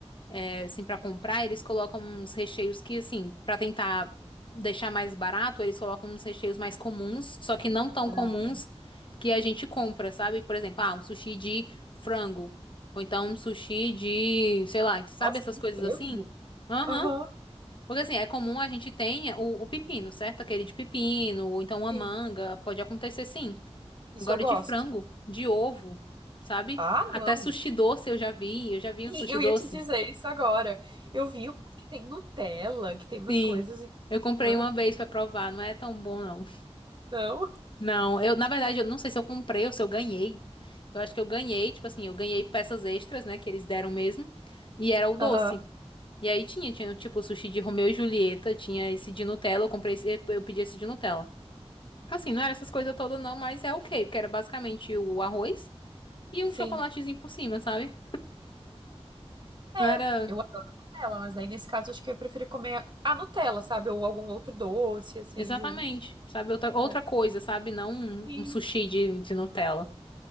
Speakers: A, on the left; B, on the right.
A: é, assim, para comprar, eles colocam uns recheios que, assim, para tentar deixar mais barato, eles colocam uns recheios mais comuns, só que não tão
B: Ah,
A: comuns que a gente compra, sabe? Por exemplo, ah, um sushi de frango. Ou então um sushi de, sei lá, sabe
B: Nossa,
A: essas
B: de
A: coisas
B: frango?
A: assim? Aham.
B: Aham.
A: Porque assim, é comum a gente tenha o, o pepino, certo? Aquele de pepino, ou então uma
B: Sim.
A: manga, pode acontecer sim.
B: Isso
A: Agora
B: eu gosto.
A: de frango, de ovo, sabe?
B: Ah,
A: Até
B: não.
A: sushi doce eu já vi, eu já vi
B: E
A: um sushi
B: eu
A: doce.
B: ia te dizer isso agora. Eu vi um que tem Nutella, que tem umas
A: Sim.
B: coisas em
A: Eu comprei
B: cima.
A: uma
B: <laughs>
A: vez pra provar, não é tão bom não.
B: Não?
A: Não, eu na verdade eu não sei se eu comprei ou se eu ganhei. Eu acho que eu ganhei, tipo assim, eu ganhei peças extras, né, que eles deram mesmo, e era o doce.
B: Aham.
A: E aí tinha, tinha tipo sushi de Romeu e Julieta, tinha esse de Nutella, eu comprei esse, eu pedi esse de Nutella. Assim, não era essas coisas todas não, mas é ok, porque era basicamente o arroz e
B: Sim.
A: um chocolatezinho por cima, sabe?
B: É,
A: Não era
B: eu adoro Nutella, mas daí nesse caso acho que eu ia preferir comer a Nutella, sabe? Ou algum outro doce, assim,
A: Exatamente,
B: junto.
A: sabe? Outra, outra
B: É.
A: coisa, sabe? Não um,
B: Sim,
A: um sushi de, de Nutella.